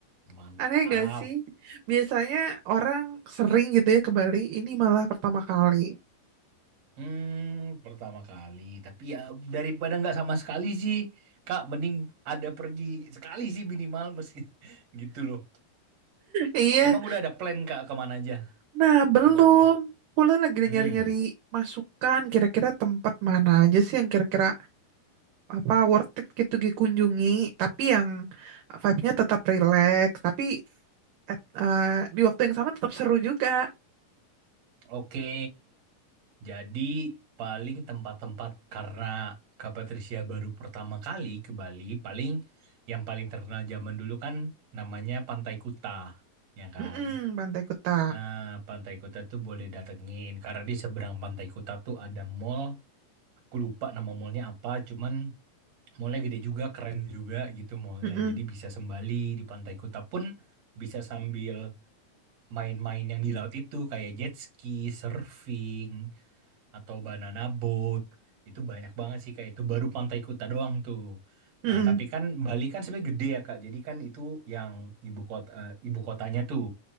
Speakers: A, on the right; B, on the right.
A: Mantap.
B: aneh nggak sih? Biasanya orang sering gitu ya ke Bali, ini malah pertama kali.
A: Hmm, pertama kali. Tapi ya daripada nggak sama sekali sih, Kak, mending ada pergi sekali sih minimal meski <laughs> gitu loh.
B: Iya,
A: Emang udah ada plan Kak kemana aja
B: nah belum.
A: di Bali?
B: Pulang lagi
A: Hmm.
B: nyari-nyari masukan, kira-kira tempat mana aja sih yang kira-kira apa worth it gitu dikunjungi, tapi yang vibe-nya tetap relax, tapi at- eh, di waktu yang sama tetap seru juga.
A: Oke, jadi paling tempat-tempat karena Kak Patricia baru pertama kali ke Bali, paling yang paling terkenal zaman dulu kan namanya Pantai Kuta, ya kan?
B: Mm-mm, Pantai Kuta.
A: Nah, Pantai Kuta tuh boleh datengin karena di seberang Pantai Kuta tuh ada mall. Aku lupa nama mallnya apa, cuman mallnya gede juga, keren juga gitu mallnya.
B: Mm-mm,
A: Jadi bisa sembali di Pantai Kuta pun bisa sambil main-main yang di laut itu kayak jet ski, surfing atau banana boat itu banyak banget sih kak itu baru Pantai Kuta doang tuh
B: mm-mm.
A: nah tapi kan Bali kan sebenarnya gede ya kak jadi kan itu yang ibu kota eh, ibu kotanya tuh